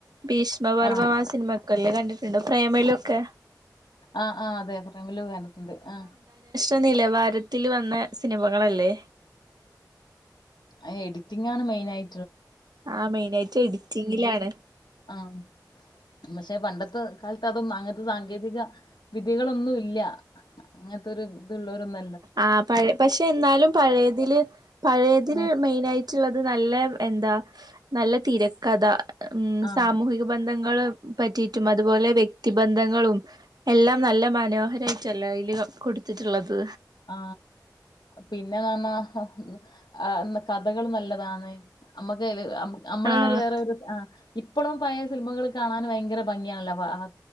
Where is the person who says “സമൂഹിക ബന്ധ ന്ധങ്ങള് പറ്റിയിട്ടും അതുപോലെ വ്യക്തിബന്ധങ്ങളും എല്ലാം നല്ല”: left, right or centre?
Right